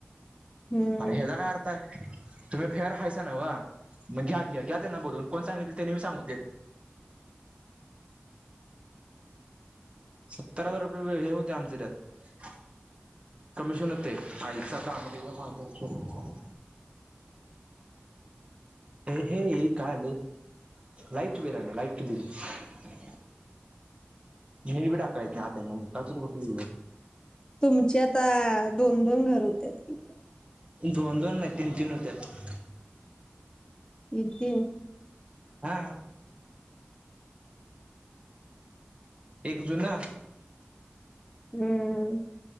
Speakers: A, on the left; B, on the right.
A: हम्म
B: अरे हेजा काय अर्थ तुम्ही फेअर हायसा नव मग घ्या घ्या घ्या त्यांना बोलवून कोण सांगितल त्येनी पण सांगू देत सत्तर हजार रुपये हे होते आमच त्यात कमिशन हुतय आईचा दाना तेज्या माजरच्योट हे हे का आलय लाईट बिल आले लाईट बिल <unintelligible> आत येत नाही त्यांना भिकारचोट कुठली
A: तुमचे आता दोन दोन घर होत्या तीत
B: दोन दोन नइ तीन तीन हुत्यात
A: तीन तीन
B: हा एक जुन
A: हम्म